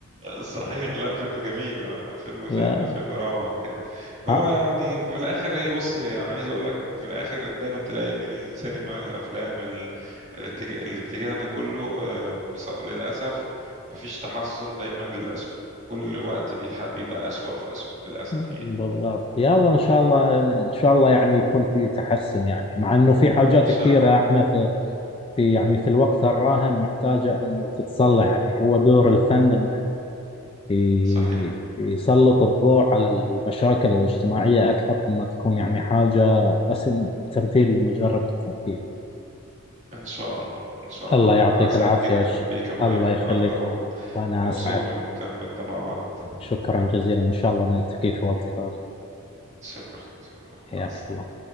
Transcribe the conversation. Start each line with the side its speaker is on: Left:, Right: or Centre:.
Right: صحيح لا فيلم جميل اه لا فيلم
Left: لا
Right: فيلم فيلم روعة بجد هو
Left: آه.
Right: يعني في الاخر هي بص يعني عايز اقول لك في الاخر دايما تلاقي ان السينما الافلام ال- الاتجاه, الاتجاه ده كله آه، بص- للاسف مفيش تحسن دايما للأسوأ كل وقت بيتح- بيبقى أسوأ في أسوأ للأسف
Left: بالضبط
Right: يعني
Left: يلا ان شاء الله ان شاء الله يعني يكون في تحسن يعني مع انه في حاجات
Right: ان شاء
Left: كثيره
Right: الله
Left: احنا في في يعني في الوقت الراهن محتاجه انه تتصلح يعني هو دور الفن انه ي-
Right: صحيح
Left: يسلط الضوء على المشاكل الاجتماعيه اكثر ما تكون يعني حاجه بس تمثيل مجرد التمثيل
Right: ان شاء الله ان شاء
Left: الله
Right: الله
Left: يعطيك
Right: انا سعيد
Left: العافيه
Right: جدا
Left: ش-
Right: بيك يا ابراهيم
Left: الله
Right: النهارده
Left: يخليك
Right: و...
Left: وانا
Right: ومبسوط
Left: اسعد
Right: من مكالمتنا مع بعض
Left: شكرا جزيلا ان شاء الله نلتقي في وقت ثاني
Right: شكرا شكرا
Left: حياك
Right: مع السلامة
Left: الله